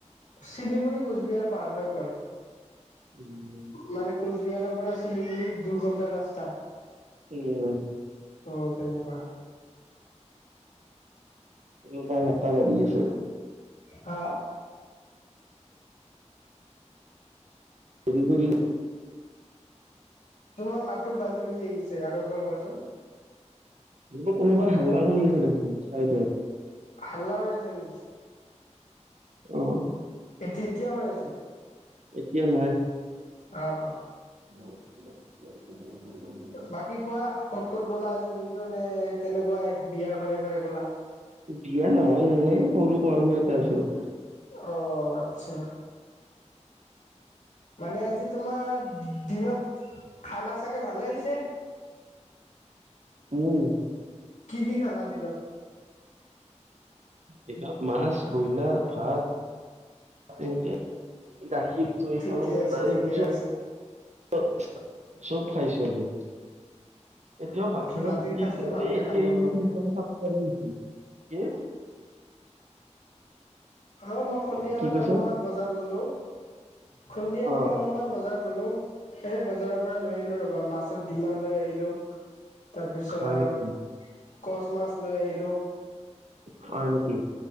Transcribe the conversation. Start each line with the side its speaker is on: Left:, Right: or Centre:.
Left: শিলিগুৰি কোচবিহাৰ পাৰ হৈ পৰে।
Right: উম,
Left: মানে কোচবিহাৰৰ পৰা শিলিগুৰি দুঘণ্টা ৰাস্তা।
Right: উম,
Left: অহ, তেনেকুৱা।
Right: কোনোবাই হাতাহ বাঢ়ি আছে।
Left: হা?
Right: শিলগুৰি
Left: তোমাৰ মাততো বাজি -বাজি আহিছে আৰু একবাৰ কোৱাচোন?
Right: বুলো কোনোবাই হাল্লা কৰি আছে দেখোন চাইদত।
Left: হাল্লা হৈ আছে নেকি?
Right: অ',
Left: এতি -এতিয়াওঁ আছে
Right: এতিয়া নাই।
Left: আ, অ।
Right: <unintelligible>
Left: বাকি কোৱা ক'ত - গ'লা আজি দিনটো নে তেনেকুৱাই বিয়া ঘৰে -ঘৰে গ'লা?
Right: বিয়া নহয় এনে সৰু কৰ্ম এটা হৈছিল।
Left: অ, আচ্ছা মানে আজি তোমাৰ দিনত খানা চাগে ভালে হৈছে?
Right: উম।
Left: কি- কি খালা দিনত?
Right: দিনত মাছ, বইলাৰ, ভাত তেনেকে গাখীৰ, দৈ
Left: ঠিকে
Right: খালো
Left: আছে
Right: তাৰে
Left: ঠিকে
Right: পিছত
Left: আছে
Right: <unintelligible> চব খাইছোঁ আজি। এতিয়াও ভাত খাব
Left: ৰাতিৰ
Right: <unintelligible>
Left: সাজটো ভালকে খাম ৰবা মই
Right: কি?
Left: অ, মই সন্ধিয়া
Right: কি
Left: মানে
Right: কৈছা
Left: অলমান বজাৰ গলো। সন্ধিয়া
Right: অ
Left: মানে অলপমান বজাৰ গলো। এই বজাৰৰ পৰা লৈ আহিলোঁ ৰবা মাছত ডিমা লৈ আহিলোঁ। তাৰপিছত
Right: হয় নেকি
Left: কচ মাছ লৈ আহিলোঁ।
Right: হয় নেকি?